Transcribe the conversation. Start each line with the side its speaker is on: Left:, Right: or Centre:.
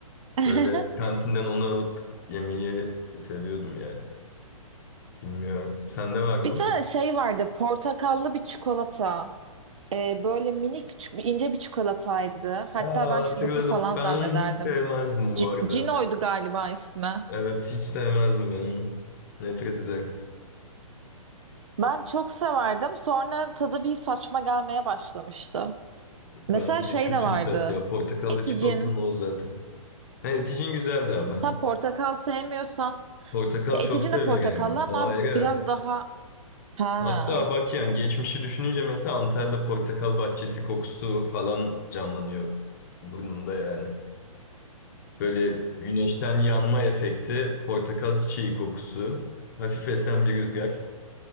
Right: <laughs>
Left: Böyle kantinden onu alıp yemeyi seviyordum yani. Bilmiyorum. Sende var mı?
Right: Bir tane şey vardı, portakallı bir çikolata. Ee, böyle minik, ç- ince bir çikolataydı. Hatta
Left: Aa,
Right: ben
Left: hatırladım.
Right: şuruplu falan
Left: Ben
Right: zannederdim.
Left: onu hiç sevmezdim
Right: C
Left: bu arada.
Right: Cino'ydu galiba ismi.
Left: Evet, hiç sevmezdim ben onu. Nefret ederim.
Right: Ben çok severdim. Sonra tadı bir saçma gelmeye başlamıştı. Mesela
Left: Bence
Right: şey
Left: kötü
Right: de vardı.
Left: bir tat ya. Portakallı
Right: Eticin.
Left: çikolatanın o zaten. Ha, eticin güzeldi abi.
Right: Sen portakal sevmiyorsan.
Left: Portakal
Right: Ya
Left: çok
Right: Eticin
Left: severim.
Right: de portakallı ama
Left: O ayrı.
Right: biraz daha... Ha.
Left: Hatta bak yani geçmişi düşününce mesela Antalya portakal bahçesi kokusu falan canlanıyor burnumda yani. Böyle güneşten yanma efekti, portakal çiçeği kokusu, hafif esen bir rüzgar.